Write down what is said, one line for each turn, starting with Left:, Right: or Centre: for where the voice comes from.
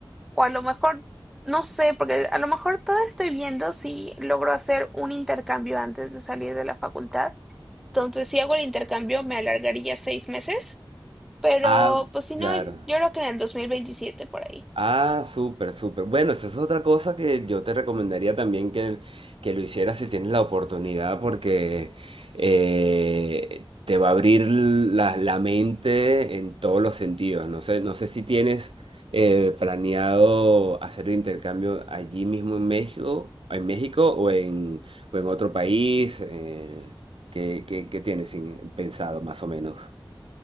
Centre: O a lo mejor, no sé, porque a lo mejor todavía estoy viendo si logro hacer un intercambio antes de salir de la facultad. Entonces, si hago el intercambio, me alargaría seis meses. Pero,
Right: Ah,
Centre: pues si
Right: claro.
Centre: no, yo creo que en el 2027 por ahí.
Right: Ah, súper, súper. Bueno, esa es otra cosa que yo te recomendaría también que, que lo hicieras si tienes la oportunidad, porque eh, te va a abrir la, la mente en todos los sentidos. No sé, no sé si tienes eh, planeado hacer el intercambio allí mismo en México, en México o en, o en otro país. eh, ¿qué, qué- qué tienes en- pensado más o menos?